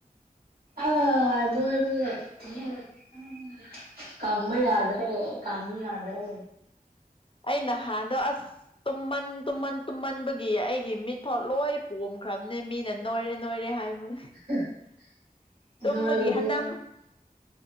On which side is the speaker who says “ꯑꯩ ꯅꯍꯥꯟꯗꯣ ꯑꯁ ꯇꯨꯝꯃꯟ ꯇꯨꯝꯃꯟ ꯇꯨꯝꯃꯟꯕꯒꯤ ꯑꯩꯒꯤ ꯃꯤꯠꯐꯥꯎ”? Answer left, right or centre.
Left